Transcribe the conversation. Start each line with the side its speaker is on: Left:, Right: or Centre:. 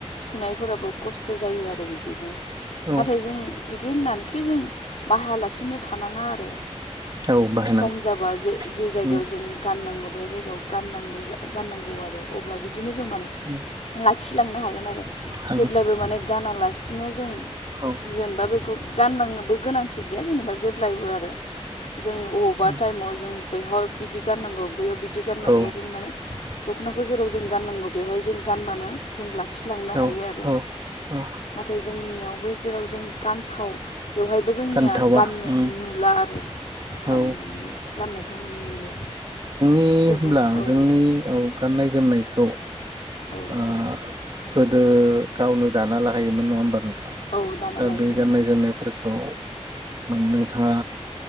Left: सुनायफोराबो खस्थ' जायो आरो बिदिनो नाथाय
Right: औ
Left: जों बिदि होननानैखि जों बाहायालासिनो थानाङा आरो
Right: औ बाहायनांगौ
Left: सम जाबा जे जे जायगायाव
Right: उम
Left: जों गाननांगौ बे जायगायाव गाननांगौ जा गाननांगौ आरो अब्ला बिदिनो जों माने
Right: उम
Left: लाखिलांनो हागोन आरो।
Right: हागोन
Left: जेब्लायबो माने गानालासिनो जों
Right: औ
Left: जेनेबा बेखौ गानलांनोबो गोनांथि गैया जेनेबा जेब्लायबो आरो। जों अबावबा
Right: उम
Left: टाइमाव जों बेहाय बिदि गाननांगौ बैयाव बिदि गाननांगौ
Right: औ
Left: जों माने दख'नाखौ जेराव जों गाननांगौ बेवहाय जों गानबानो जों लाखिलांनो
Right: औ
Left: हायो आरो।
Right: औ औ
Left: नाथाय जोंनियावबो जेराव जों गानथाव बेवहायबो जोंनिया
Right: गानथावा
Left: गाननो
Right: उम
Left: नुला आरो। गाननो
Right: औ
Left: मोनि गाननायखौ नुनो मोनलिया।
Right: <unintelligible> होनब्ला
Left: गुबुन औ
Right: जोंनि औ गाननाय जोमनायखौ
Left: औ औ
Right: ओ गोदो गावनो दाना लायोमोन नङा होमबा नों थां?
Left: औ दाना
Right: दा
Left: लायोमोन
Right: बे गाननाय जोमनायफोरखौ माने नोंथाङा